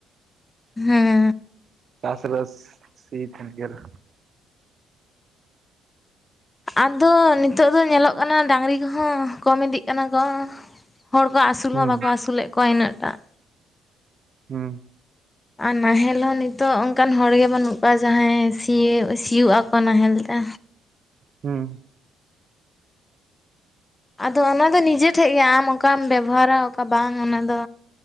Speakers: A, on the left; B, on the right.
A: ᱦᱮᱸ
B: ᱪᱟᱥ ᱨᱟᱥ ᱥᱤ ᱛᱟᱦᱮᱱ ᱜᱮᱭᱟ ᱞᱮ,
A: ᱟᱫᱚ ᱱᱤᱛᱚᱜ ᱫᱚ ᱧᱮᱞᱚᱜ ᱠᱟᱱᱟ ᱰᱟᱝᱨᱤ ᱠᱚᱦᱚᱸ ᱠᱚᱢ ᱤᱫᱤᱜ ᱠᱟᱱᱟ ᱠᱚ, ᱦᱚᱲ ᱠᱚ ᱟᱹᱥᱩᱞ
B: ᱦᱩᱸ
A: ᱦᱚᱸ ᱵᱟᱠᱚ ᱟᱹᱥᱩᱞ ᱮᱫ ᱠᱚᱣᱟ ᱤᱱᱟᱹᱜ ᱴᱟᱜ,
B: ᱦᱩᱸ
A: ᱟᱨ ᱱᱟᱦᱮᱞ ᱦᱚᱸ ᱱᱤᱛᱚᱜ ᱚᱱᱠᱟᱱ ᱦᱚᱲ ᱜᱮ ᱵᱟᱹᱱᱩᱜ ᱠᱚᱣᱟ ᱡᱟᱦᱟᱸᱭ ᱥᱤᱭᱚ ᱥᱤᱭᱳᱜ ᱟᱠᱚ ᱱᱟᱦᱮᱞ ᱛᱮ,
B: ᱦᱩᱸ
A: ᱟᱫᱚ ᱚᱱᱟ ᱫᱚ ᱱᱤᱡᱮ ᱴᱷᱮᱡ ᱜᱮ ᱟᱢ ᱚᱠᱟᱢ ᱵᱮᱵᱚ ᱦᱟᱨᱟ ᱚᱠᱟ ᱵᱟᱝ ᱚᱱᱟ ᱫᱚ